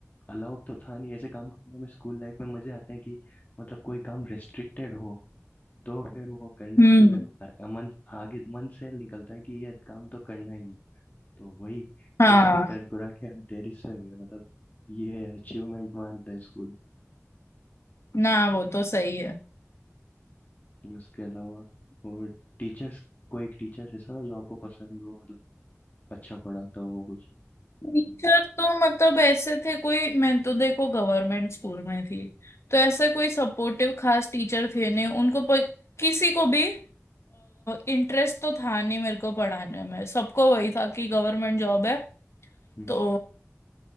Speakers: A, on the left (about 35°); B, on the left (about 60°).
A: अलाउड तो था नहीं ऐसे काम करने में स्कूल लाइफ में मजे आते हैं कि मतलब कोई काम रेस्ट्रिक्टेड हो तो फिर वो करने
B: हम्म
A: में तो ज- अ- मन आगे मन से निकलता है कि ये काम तो करना ही है तो वही
B: हाँ
A: कुछ भी कर कुरा के हम टेरिस पे गए मतलब ये अचीवमेंट मानते हैं स्कूल
B: ना वो तो सही है
A: उसके अलावा और टीचर्स कोई टीचर्स ऐसा था जो आपको पसंद हो मतलब अच्छा पढ़ाता हो वो कुछ
B: टीचर तो मतलब ऐसे थे कोई मैं तो देखो गवर्नमेंट स्कूल में थी तो ऐसे कोई सपोर्टिव खास टीचर थे नहीं उनको प, किसी को भी इंटरेस्ट तो था नहीं मेरे को पढ़ाने में सबको वही था कि गवर्नमेंट जॉब है
A: हम्म,
B: तो